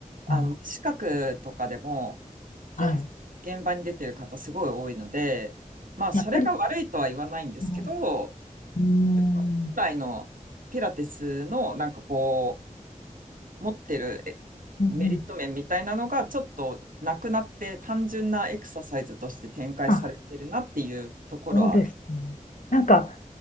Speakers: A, on the right (about 80°); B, on the left (about 70°).
A: あの、
B: あ、
A: 無資格とかでも、
B: はい。
A: 全然現場に出てる方すごい多いので、まあそれが悪いとは言わないんですけど、
B: やっぱり、うん、うん、
A: なんか本来のピラティスのなんかこう持ってるえ
B: うん。うん
A: メリット面みたいなのがちょっとなくなって単純なエクササイズとして展開されてるなっていうところはある。
B: あそうですね。なんか、